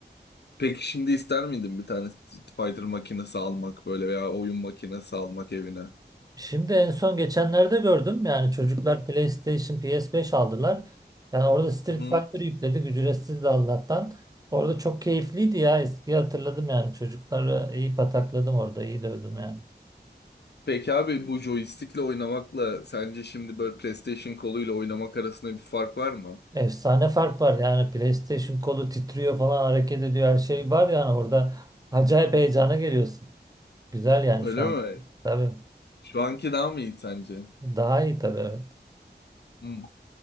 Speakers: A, on the left; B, on the right.
A: Peki şimdi ister miydin bir tane Street Fighter makinesi almak böyle veya oyun makinesi almak evine?
B: Şimdi en son geçenlerde gördüm yani çocuklar PlayStation PS5 aldılar. Yani orada Street
A: Hı.
B: Fighter yükledik ücretsiz de Allah'tan. Orada çok keyifliydi ya eskiyi hatırladım yani çocukları iyi patakladım orada iyi dövdüm yani.
A: Peki abi bu joystick'le oynamakla sence şimdi böyle PlayStation koluyla oynamak arasında bir fark var mı?
B: Efsane fark var yani PlayStation kolu titriyor falan hareket ediyor her şey var yani orada acayip heyecana geliyorsun. Güzel yani
A: Öyle
B: şu an.
A: mi?
B: Tabii.
A: Şu anki daha mı iyi sence?
B: Daha iyi tabii evet.
A: Hı.